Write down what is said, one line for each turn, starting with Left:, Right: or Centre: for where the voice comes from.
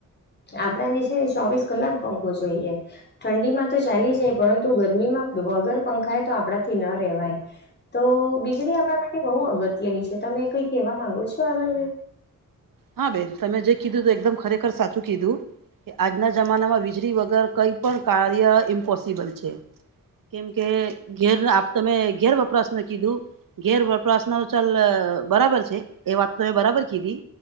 Left: આપડા જે છે ને ચોવીસ કલાક પંખવો જોઈએ ઠંડીમાં તો ચાલી જ પરંતુ ગરમીમાં વગર પંખાાય તો આપણાથી ન રહેેવાય તો વીજળી આપણા માટે બહુ અગત્યની છે તમે કઈ કેવા માંગો છો આગળ
Right: હા બેન તમે જે કીધું તો એકદમ ખરેખર સાચું કીધું કે આજના જમાનામાં વીજળી વગર કઈ પણ કાર્ય ઇમ્પોસિબલ છે કેમ કે ઘેર તમે ઘેર વપરાશ ના કીધું ઘેર પ્રશના તો ચાલ બરાબર છે એ વાત તો મે બરાબર કીધી